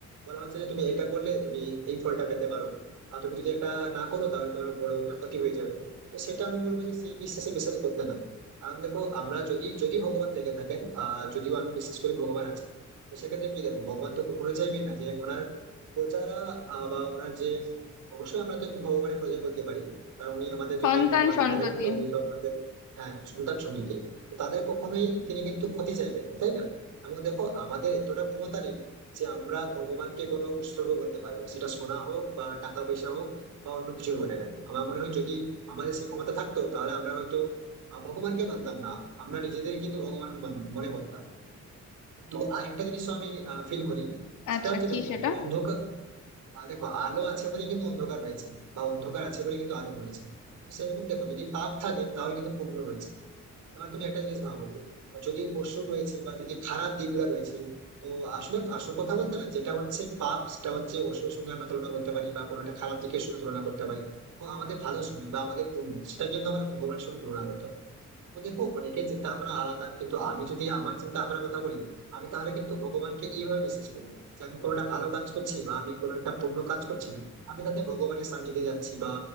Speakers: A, on the right; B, on the left.
A: বলা হচ্ছে যে তুমি এটা করলে তুমি এই ফলটা পেতে পারো আর তুমি যদি এটা না করো তাহলে তোমার বড় একটা ক্ষতি হয়ে যাবে তো সেটা আমি বলবো যে সেই বিশ্বাসে বিশ্বাস করতে না কারণ দেখো আমরা যদি যদি ভগবান থেকে থাকেন আহ যদিও আমি বিশ্বাস করি ভগবান আছে তো সেক্ষেত্রে কি দেখো ভগবান তো কখনো চাইবেন না যে ওনার প্রজারা আহ, বা ওনার যে অবশ্যই আমরা তো একটু ভগবানের প্রজা বলতে পারি কারণ উনি আমাদের
B: সন্তান
A: যদি ভগবান
B: সন্ততি
A: থাকে থাকেন তো উনি তো আমাদের হ্যাঁ সন্তান সঙ্গীকে তাদের কখনোই তিনি কিন্তু ক্ষতি চাইবেন না তাই না এবং দেখো আমাদের এতটা ক্ষমতা নেই যে আমরা ভগবানকে কোনো উৎসর্গ করতে পারবো সেটা সোনা হোক বা টাকা পয়সা হোক বা অন্য কিছু হোক না কেন। আমার মনে হয় যদি আমাদের সেই ক্ষমতা থাকতো তাহলে আমরা হয়তো আহ, ভগবানকে মানতাম না আমরা নিজেদের কিন্তু ভগবান মান- মনে করতাম কিন্তু আরেকটা জিনিস আমি ফিল করি সেটা
B: আচ্ছা
A: হচ্ছে
B: কি
A: দেখো
B: সেটা
A: অন্ধকার আহ, দেখো আলো আছে বলে কিন্তু অন্ধকার রয়েছে বা অন্ধকার আছে বলে কিন্তু আলো রয়েছে সেরকম দেখো যদি পাপ থাকে তাহলে কিন্তু পুণ্য রয়েছে এবার তুমি একটা জিনিস ভাবো যদি অসুর রয়েছে বা যদি খারাপ দিকগুলো রয়েছে তো আসলে আসল কথা বলতে না যেটা হচ্ছে পাপ সেটা হচ্ছে অসুরের সঙ্গে আমরা তুলনা করতে পারি বা কোনো একটা খারাপ দিকের সঙ্গে তুলনা করতে পারি ও আমাদের ভালো সময় বা আমাদের পুণ্য সেটা কিন্তু আমরা ভগবানের সঙ্গে তুলনা করতে পারি তো দেখো অনেকের চিন্তা ভাবনা আলাদা কিন্তু আমি যদি আমার চিন্তা ভাবনার কথা বলি আমি তাহলে কিন্তু ভগবানকে এইভাবে বিশ্বাস করি যে আমি কোনো একটা ভালো কাজ করছি বা আমি কোনো একটা পুণ্য কাজ করছি আমি তাতে ভগবানের সান্নিধ্যে যাচ্ছি বা